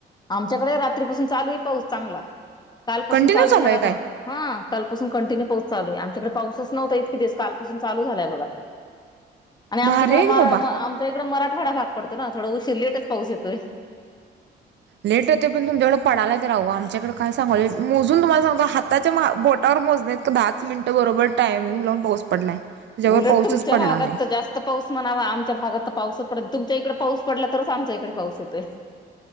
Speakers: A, on the left; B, on the right.
A: आमच्याकडे रात्रीपासून चालू आहे पाऊस चांगला कालपसून
B: कंटिन्यू
A: चालू झाला
B: आहे काय
A: बर कालपासून कंटिन्यू पाऊस चालू आहे तिकडे पाऊसच नव्हता इतकीि दिवस कालपासून चालू झालाय बघा आणि आमचा
B: भारी
A: थोडा
B: आहे
A: मराठवाड्यात
B: की बाबा
A: भाग पडतो ना थोड उशीर झालाय पाऊसाला लेटच पाऊस येतोय
B: लेट होते पण तुमच्याकडे पडू तर राहिला य मोजून तम्हाला सां हाताच्या बोटवर मोजत दच मिनट बरोबर टामिंग पाऊस पडलाय. त्याच्यावर
A: उलट
B: पाऊसच
A: तुमच्या
B: पडला
A: भागात
B: नाही
A: तर जास्त पाऊस म्हणावा आमच्या भागात तर पाऊसच पडत तुमच्या इकडे पाऊस पडला तरच आमच्या इकडे पाऊस येतोय